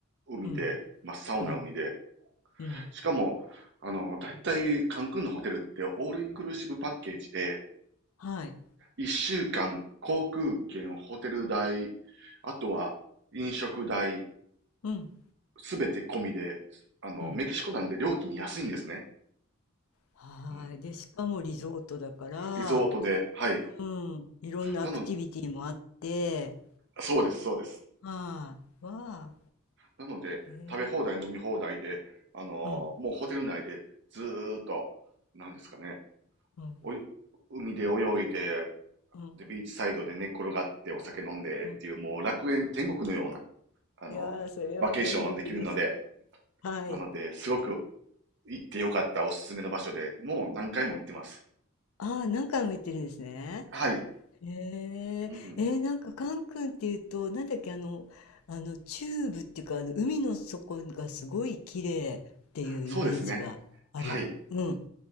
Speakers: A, on the right; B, on the left.
A: 海で、
B: うん
A: 真っ青な海で、
B: うん、うん、
A: しかも、あの、大体、カンクンのホテルってオールインクルーシブパッケージで、
B: はい。
A: 一週間、航空券、ホテル代、あとは飲食代、
B: うん、
A: すべて込みで、あの、
B: うん。
A: メキシコなんで料金安いんですね。
B: はい。
A: うん。
B: で、しかもリゾートだから、
A: リゾートで、はい。
B: うん、いろんなアクティビティもあって、
A: なの、そうです、そうです。
B: はい。わあ、
A: なので、
B: へえ、
A: 食べ放題、飲み放題で、あのーもうホテル内でずーっと、
B: うん、
A: なんですかね、
B: うん、
A: おい海で泳いで、
B: うん、
A: で、ビーチサイドで寝っ転がってお酒飲んでっていう、
B: うん。
A: もう楽園天国のような、あの、
B: いやー、それは天国です。
A: バケーションできるので、
B: はい。
A: なので、すごく行ってよかったおすすめの場所で、もう何回も行ってます。
B: ああ、何回も行ってるんですね。
A: はい。
B: へえ、
A: うん。
B: えー、なんかカン君っていうと、なんだっけ、あの、あの、チューブっていうか、あの、海の底がすごい綺麗っていうイメージがある。
A: そうですね。はい。
B: うん。